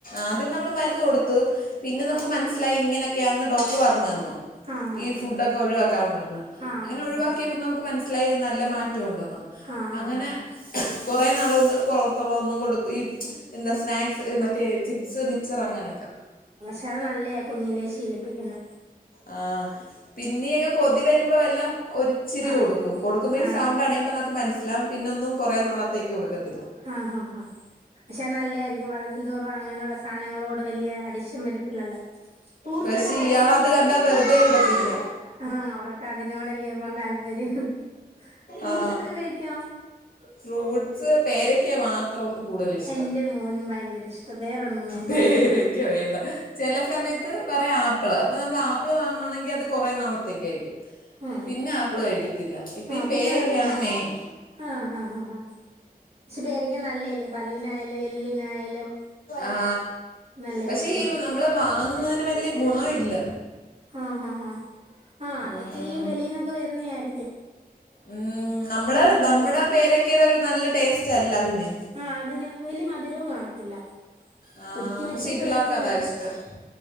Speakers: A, on the left; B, on the right.
A: ആദ്യം നമ്മള് മരുന്ന് കൊടുത്ത് പിന്നെ നമു മനസ്സിലായി ഇങ്ങനൊക്കെയാന്ന് ഡോക്ടർ പറഞ്ഞു തന്നു
B: ആഹ് ആഹ്
A: ഈ ഫുഡ് ഒക്കെ ഒഴിവാക്കാൻ പറഞ്ഞ്
B: ആഹ്
A: അങ്ങനെ
B: ആഹ്
A: ഒഴിവാക്കിയപ്പോ
B: ആഹ്
A: നമുക്ക് മന- ഇത് നല്ല മാ ഉണ്ടെന്ന്
B: ആഹ് ആഹ് ആഹ്
A: അങ്ങനെ
B: ആഹ്
A: കുറേ നാള് കൊണ്ട് പുറത്തുള്ള ഒന്നും കൊടുക്കില്ല ഈ സ്നാക്ക്സ് മറ്റേ ചിപ്സ് മിച്- ചെറങ്ങനൊക്കെ
B: പക്ഷ അത് നല്ലയാ കുഞ്ഞിലെ ശീലിപ്പിക്കുന്ന
A: ആ പിന്നെയൊക്കെ കൊതി വരുമ്പോ എല്ലാം ഒരിച്ചിരി
B: ആഹ്
A: കൊടുക്കും കൊടുക്കുമ്പോ ഈ
B: ആണല്ലേ
A: സൗണ്ട് അടയുമ്പോ നുക്ക് മനസ്- എല്ലാം പിന്ന ഒന്നും കുറേ നാളത്തേക്ക് കൊടുക്കില്ല
B: ആഹ് ആഹ് ആഹ് പക്ഷെ നല്ല ആയിരിക്കും വളരുന്തോറും അങ്ങനുള്ള സാധനങ്ങളോട് വലിയ അഡിഷൻ വരത്തില്ലല്ലോ ഫ്രൂട്ട്സ്
A: പക്ഷെ
B: ഒക്കെ കഴിക്കോ
A: ഇയാളത് കണ്ടാൽ വെറുതെ വിടത്തില്ല
B: ആ അവർക്ക് അതിനോടല്ലേ ഇപ്പം താല്പര്യം ഫ്രൂട്ട്സ്
A: ആ
B: ഒക്കെ കഴിക്കോ
A: ഫ്രൂട്ട- പേരക്കെയാ മാത്ര- ഇത്ര കൂടുതൽ ഇഷ്ടം
B: എന്റെ മോനും ഭയങ്കര ഇഷ്ടം വേറൊന്നും വേണ്ട
A: പേരക്ക വേണ്ട ചില സമയത്ത് പറയാ ആപ്പിള് അപ്പൊ നമ്മൾ ആപ്പി- ആപ്പിൾ വാങ്ങുകയാണെങ്കിൽ അത് കുറേ നാളത്തേക്കായിരിക്കും
B: ഉം
A: പിന്നെ ആപ്പിൾ കഴിക്കത്തില്ല
B: ആഹ്
A: പേരയ്ക്കയാണ്
B: പിന്നെ അതങ്ങ് മട്ക്കും
A: മെയിൻ
B: ആ ആ ആ പക്ഷെ പേരക്കെ നല്ലേല്ലേ പല്ലിനായാലും എല്ലിനായാലും
A: ആ
B: നല്ല
A: പക്ഷേ
B: ആയിരിക്കും
A: ഈ നമ്മൾ വാങ്ങുന്നതിന് വല്യ ഗുണവില്ല
B: ആഹ ഹഹ് ഹഹ ആഅതൊക്കെ
A: ഉം.
B: ഈ വെളീന്നൊക്കെ വരുന്ന ആയിരി
A: ഉം നമ്മുടെ
B: ഇല്ലല്ലോ
A: നമ്മുടെ പേരക്കെയടെ ഒരു നല്ല ട്ടേസ് ചെല്ലതിന്
B: ആഹ് അതിന് വലിയ മധുരവും കാണത്തില്ല
A: ആ
B: കുത്തി വെച്ചൊക്കെ
A: പക്ഷെ ഈ പിള്ളേർക്ക്
B: വരുന്ന
A: അതാ
B: ആയിരിക്കും.
A: ഇഷ്ടം